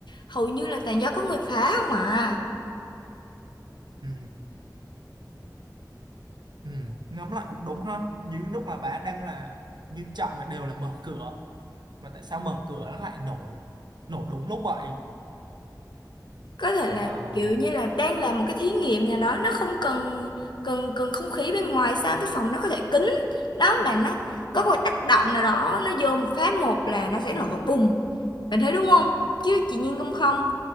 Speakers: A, on the left; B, on the right.
A: Hầu như là toàn do có người phá không à.
B: ừ. Ừ, ngẫm lại cũng đúng ha như lúc mà bà đang là nghiêm trọng là đều là mở cửa mà tại sao mở cửa nó lại nổ nổ đúng lúc vậy
A: có thể là
B: à,
A: kiểu như là đang làm một cái thí nghiệm nhà đó nó không cần cần cần không khí bên ngoài sao cái phòng nó có thể kín đó mà nó có một tác động nào đó nó vô một phát một là nó sẽ nổ bùng bạn thấy đúng không chứ chị Nhiên không không